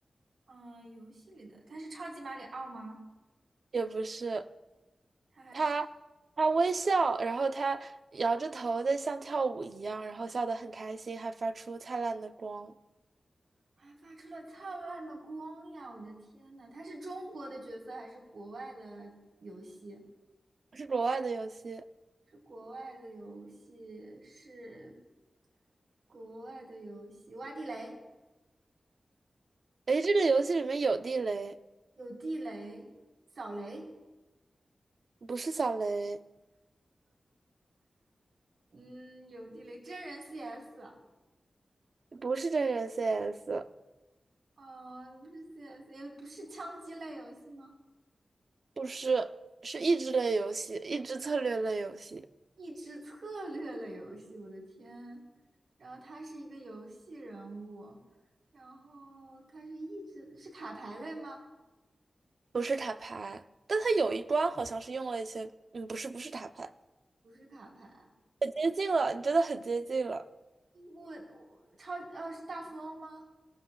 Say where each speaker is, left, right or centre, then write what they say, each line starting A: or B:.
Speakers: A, on the right (about 85°); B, on the right (about 65°).
A: 嗯、游戏里的，他是超级马里奥吗？
B: 也不是。
A: 他还是
B: 他他微笑，然后他摇着头在像跳舞一样，然后笑得很开心，还发出灿烂的光。
A: 还发出了灿烂的光呀！我的天呐，他是中国的角色还是国外的游戏？
B: 是国外的游戏，
A: 是国外的游戏，是国外的游戏，挖地雷，
B: 诶，这个游戏里面有地雷，
A: 有地雷，扫雷，
B: 不是小雷，
A: 嗯，有地雷，真人 CS，
B: 不是真人 CS，
A: 哦，不是 CS，也不是枪击类游戏吗？
B: 不是，是益智类游戏，益智策略类游戏，
A: 益智策略类游戏，我的天！然后他是一个游戏人物，然后他是益智，是卡牌类吗？
B: 不是塔牌。但它有一关好像是用了一些，嗯，不是，不是塔牌，
A: 不是卡牌啊，
B: 很接近了，你真的很接近了，
A: 我我超呃是大富翁吗？